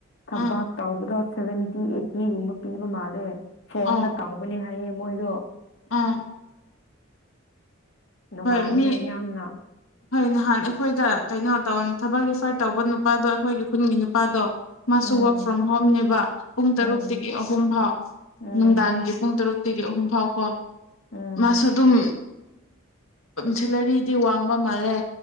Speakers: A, on the left; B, on the left.
A: ꯊꯕꯑꯥꯛꯇꯥ
B: ꯎꯝ
A: ꯑꯣꯕꯗꯣ ꯁꯕꯦꯟꯇꯤ ꯑꯩꯠꯇꯤꯒꯨꯝꯕ ꯄꯤꯕ ꯃꯥꯜꯂꯦ ꯐꯣꯟꯅ
B: ꯑꯣ
A: ꯇꯥꯎꯕꯅꯦ ꯍꯥꯏꯌꯦ ꯃꯣꯏ ꯗꯣ
B: ꯑꯥ
A: ꯅꯨꯡꯉꯥꯏꯅ
B: ꯍꯣꯏ ꯃꯤ
A: ꯌꯥꯝꯅ
B: ꯍꯣꯏ ꯅꯍꯥꯟ ꯑꯩꯈꯣꯏꯗ ꯀꯩꯅꯣ ꯇꯧ ꯊꯕꯛ ꯔꯤꯐꯔ ꯇꯧꯕ ꯅꯨꯄꯥꯗꯣ ꯑꯩꯈꯣꯏꯒꯤ ꯈꯨꯟꯒꯤ ꯅꯨꯄꯥꯗꯣ ꯃꯥꯁꯨ
A: ꯎꯝ
B: ꯔꯛ ꯐ꯭ꯔꯣꯝ ꯍꯣꯝꯅꯦꯕ ꯄꯨꯡ ꯇꯔꯨꯛꯇꯒꯤ
A: ꯎꯝ
B: ꯑꯍꯨꯝ ꯐꯥꯎ
A: ꯎꯝ
B: ꯅꯨꯡꯗꯥꯡꯒꯤ ꯄꯨꯡ ꯇꯔꯨꯛ ꯒꯤ ꯑꯍꯨꯝ ꯐꯥꯎꯀꯣ
A: ꯎꯝ
B: ꯃꯥꯁꯨ ꯑꯗꯨꯝ ꯁꯦꯂꯔꯤꯗꯤ ꯋꯥꯡꯕ ꯃꯥꯜꯂꯦ